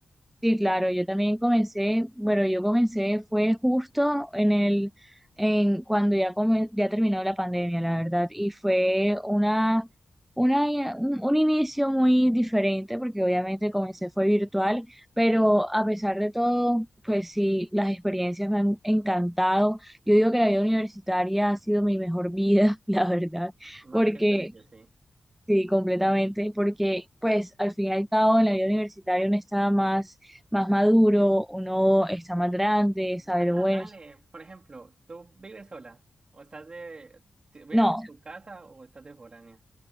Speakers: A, in the centre; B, on the right (about 35°).
A: Sí, claro, yo también comencé, bueno, yo comencé fue justo en el, en cuando ya come- ya terminó la pandemia, la verdad, y fue una, una, un, un inicio muy diferente, porque obviamente comencé fue virtual, pero a
B: Ujú.
A: pesar de todo, pues sí, las experiencias me han encantado. Yo digo que la vida universitaria ha sido mi mejor vida, <laughs> la verdad,
B: Más
A: porque
B: que el colegio, sí.
A: Sí, completamente, porque pues al fin y al cabo en la vida universitaria uno está más, más maduro, uno está más grande, sabe
B: Ah,
A: lo bueno.
B: dale. Por ejemplo, ¿tú vives sola? ¿O estás de... te- ¿Vives
A: No,
B: en tu casa o estás de foránea?